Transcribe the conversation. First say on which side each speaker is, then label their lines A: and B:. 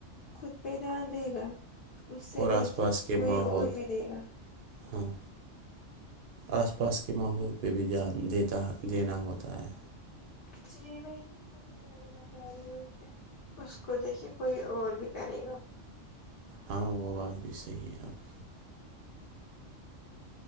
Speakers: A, on the left; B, on the right.
A: خود پہ دھیان دے گا اس سے
B: اور
A: دیکھے
B: پاس کے
A: کوئی
B: ماحول
A: اور بھی دے گا
B: ہاں آس پاس کے ماحول پہ بھی دھیان دیتا دینا ہوتا ہے
A: جی ب بتا رہی ہوں کہ اس کو دیکھیے کوئی اور بھی کرے گا
B: ہاں وہ بات بھی صحیح ہے آپ کی